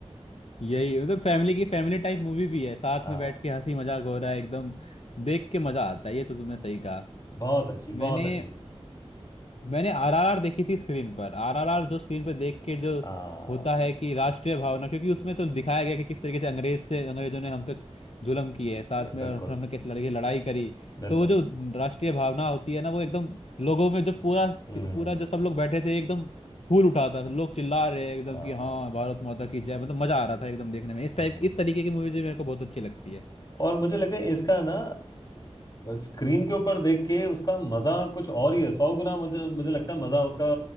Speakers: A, on the left (about 70°); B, on the left (about 35°).
A: यही मतलब फैमिली की फैमिली टाइप मूवी भी है साथ
B: आ,
A: में बैठ के हंसी मजाक हो रहा है एकदम देख के मजा आता है ये तो तुमने सही कहा
B: बहुत अच्छी बहुत
A: मैंने
B: अच्छी
A: मैंने आरआरआर देखी थी स्क्रीन पर आरआरआर जो स्क्रीन पर देख के जो
B: आ,
A: होता है कि राष्ट्रीय भावना क्योंकि उसमें तो दिखाया गया कि किस तरीके से अंग्रेज से अंग्रेजों ने हम पे जुल्म किए है साथ
B: ये
A: में
B: बिल्कुल
A: और फिर हमने कैसे लड़के लड़ाई करी
B: बिल्कुल
A: तो वो जो राष्ट्रीय भावना होती है ना वो एकदम लोगों में जो पूरा
B: हम्म
A: पूरा जो सब लोग बैठे थे एकदम फूल उठा था लोग चिल्ला रहे हैं एकदम
B: आ,
A: कि हाँ भारत माता की जय मतलब मजा आ रहा था एकदम देखने में इस
B: हम्म
A: टाइप इस तरीके की मूवी जो मेरे को बहुत अच्छी लगती है
B: और मुझे लगता है इसका ना स्क्रीन के ऊपर देख के उसका मजा कुछ और ही है सौ गुना मुझे मुझे लगता है मजा उसका